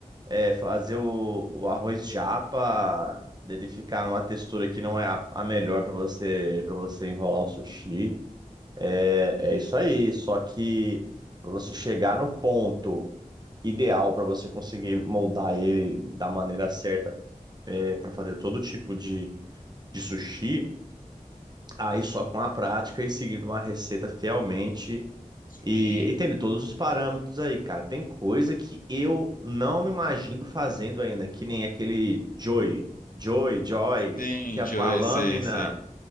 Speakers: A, on the right; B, on the left.
A: É, fazer o, o arroz japa, dele ficar numa textura que não é a, a melhor para você para você enrolar o sushi. É,
B: Sim.
A: é isso aí. Só que para você chegar no ponto ideal para você conseguir moldar ele da maneira certa para fazer todo tipo de, de sushi, aí só com a prática e seguindo uma receita fielmente.
B: Sim,
A: E, e tem de todos os parâmetros aí, cara. Tem coisa que eu não me imagino fazendo ainda, que nem aquele Joy, Joy, Joy,
B: sim,
A: que é
B: Joey,
A: com a lâmina.
B: sei, sei.